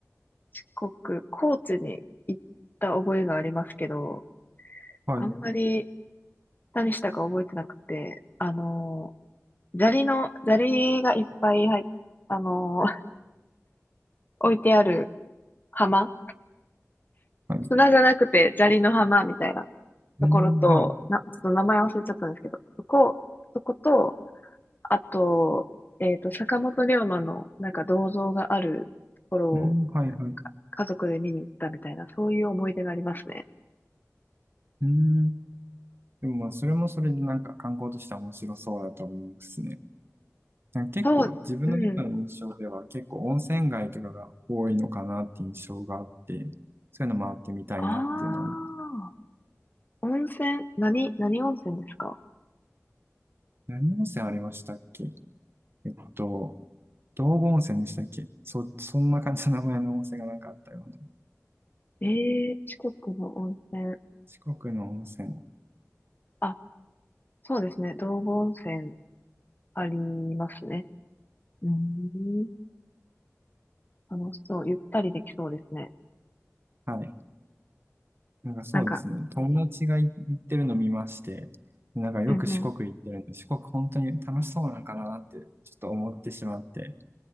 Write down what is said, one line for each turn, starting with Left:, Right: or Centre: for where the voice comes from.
Left: 四国、高知に行った覚えがありますけど、
Right: はい。
Left: あんまり何したか覚えてなくて、あのー、砂利の、砂利がいっぱい入っ、あのー、<laughs> 置いてある浜
Right: はい。
Left: 砂じゃなくて砂利の浜みたいなところと、
Right: うん、はい。
Left: な、ちょっと名前忘れちゃったんですけど、そこ、そこと、あと、えっと、坂本龍馬のなんか銅像があるところを
Right: うん、はい、はい。
Left: 家族で見に行ったみたいな、そういう思い出がありますね。
Right: うん。でもまあ、それもそれでなんか観光としては面白そうだと思うですね。なんか結構自分の中の印象では結構温泉街とかが多いのかなって印象があって、
Left: そう、うん。
Right: そういうの回ってみたいなっていうのも。
Left: ああ、温泉、何、何温泉ですか
Right: 何温泉ありましたっけえっと、道後温泉でしたっけそ、そんな感じの名前の温泉がなんかあったような。
Left: ええ四国の温泉。
Right: 四国の温泉。
Left: あ、そうですね。道後温泉ありますね。うーん。楽しそう。ゆったりできそうですね。
Right: はい。なんかそうですね。
Left: なんか、
Right: 友達が行ってるの見まして、なんかよく四国行ってるんで、
Left: うんうん。
Right: 四国本当に楽しそうなんかなってちょっと思ってしまって、